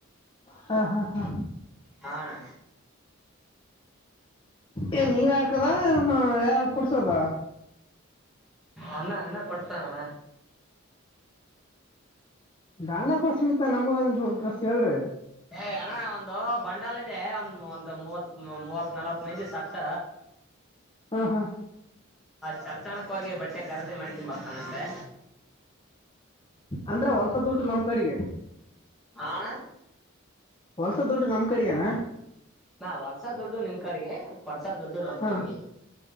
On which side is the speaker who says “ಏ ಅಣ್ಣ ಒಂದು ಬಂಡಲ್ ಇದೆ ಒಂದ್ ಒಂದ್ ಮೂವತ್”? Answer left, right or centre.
Centre